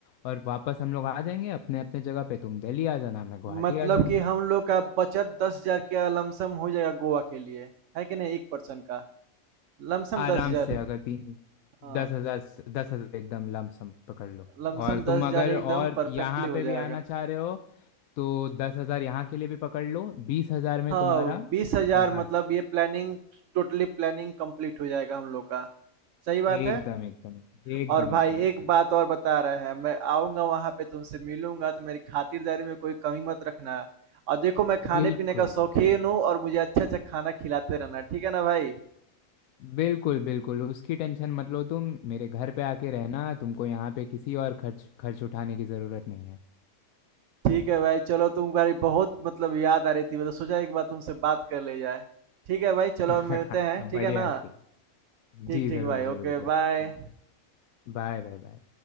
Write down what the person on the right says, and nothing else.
मतलब
कि हम लोग का बचत 10,000 का लमसम हो जाएगा गोवा के लिए, है कि नहीं? 1 पर्सन का, लमसम
10,000
हाँ,
लमसम
10,000
एकदम
परफेक्टली
हो
जाएगा।
हाँ,
20,000
मतलब ये प्लानिंग टोटली प्लानिंग कंप्लीट हो जाएगा हम लोग का। सही बात
है?
और भाई
एक बात और बता रहे हैं, मैं आऊँगा वहाँ पे तुमसे मिलूँगा तो मेरी खातिरदारी में कोई कमी मत रखना। और देखो मैं खाने-पीने
का
शौकीन हूँ और मुझे अच्छा-अच्छा खाना खिलाते रहना, ठीक है ना भाई?
ठीक है भाई, चलो तुम्हारी बहुत मतलब याद आ रही थी, तो सोचा एक बार तुमसे बात कर ली जाए। ठीक है भाई, चलो
मिलते हैं,
ठीक है ना?
ठीक,
ठीक
भाई,
ओके
बाय।